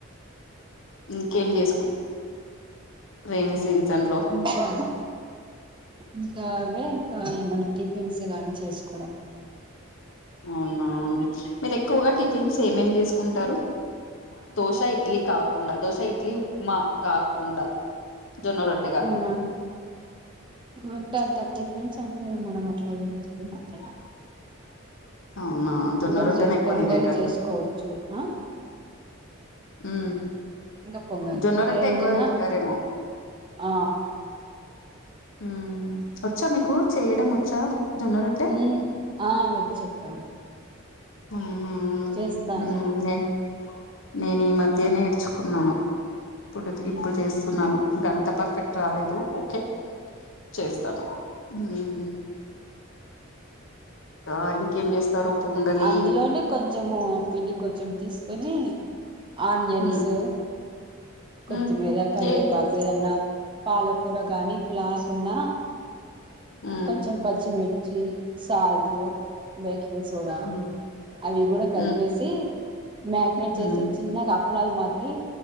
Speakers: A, on the left; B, on the right.
A: ఇంకేం చేసుకు రెైనీ సీజన్ లో
B: ఇంకా ఇంకా అవే ఇంకా ఏమన్నా టిఫిన్స్ గాని చేసుకోవడం.
A: అవునా మీరు ఎక్కువగా టిఫిన్స్ ఏమేమి తీసుకుంటారు. దోశ ఇడ్లీ కాకుండా దోశ ఇడ్లీ ఉప్మా కాకుండా జొన్న రొట్ట.
B: అవునా అంటే అంత టిఫిన్స్ అంటే మనం అట్లా ఏం చెయ్యం అంతగా
A: <inaudible> అవునా. జొన్న
B: పొంగలు
A: రొట్టెనే
B: చేస్తే
A: ఎక్కువ
B: పొంగల్
A: తినేటట్టు
B: చేసుకోవచ్చు ఆ.
A: ఉ
B: ఇంకా పొంగలి
A: జొన్నరట్టే
B: ఏంటన్నా
A: ఎక్కువ తింటారేమో
B: ఆ.
A: ఉమ్ వచ్చా మీకు చేయడం వచ్చా జొన్న రొట్ట.
B: మ్ ఆ వచ్చాక్క
A: అవునా
B: చేస్తాను
A: నే నేను ఈ మధ్య నేర్చుకున్నాను. ఇప్పుడు ఇప్పుడు
B: ఉమ్
A: చేస్తున్నాను ఇంకంత పర్ఫెక్ట్ రాలేదు ఓకే చేస్తాను ఉమ్ ఆ ఇంకేం చేస్తారు పొంగలి
B: అందులోనే కొంచెము పిండి కొంచెం తీసుకొని ఆనియన్స్
A: ఉమ్
B: కొత్తిమీర
A: ఉమ్
B: కరివేపాకు
A: ఏ
B: ఏదన్నా పాలకూర గానీ ఇట్లా కుండ
A: ఉమ్
B: కొంచెం పచ్చిమిర్చి సాల్టు బేకింగ్ సోడా
A: ఉమ్
B: అవి గూడా కలిపేసి
A: ఉమ్
B: మ్యాగ్నేట్ చేసి
A: ఉమ్
B: చిన్నగా అప్పలాల మాదిరి